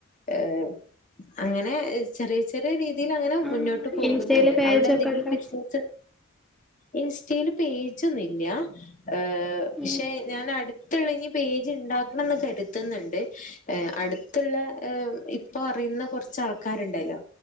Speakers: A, on the left (about 35°); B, in the centre.
A: ഏഹ് അങ്ങനെ ചെറിയ ചെറിയ രീതീല് അങ്ങനെ
B: ഉം
A: മുന്നോ ട്ട് പോകുന്നുണ്ട്.
B: ഇൻസ്റ്റയില് പേജൊക്കെ
A: അവിടെന്തെങ്കിലും
B: ഉണ്ടോ
A: ബിസിനെസ്സ് ഇൻസ്റ്റേല് പേജൊന്നില്ല ഏഹ് പക്ഷെ
B: ഉം
A: ഞാൻ അടുത്തുള്ള ഇനി പേജ് ഉണ്ടാക്കണന്ന് കരുതുന്നുണ്ട് ഏഹ് അടുത്തുള്ള ഏഹ് ഇപ്പൊ അറിയുന്ന കുറച്ച് ആൾക്കാരുണ്ടല്ലോ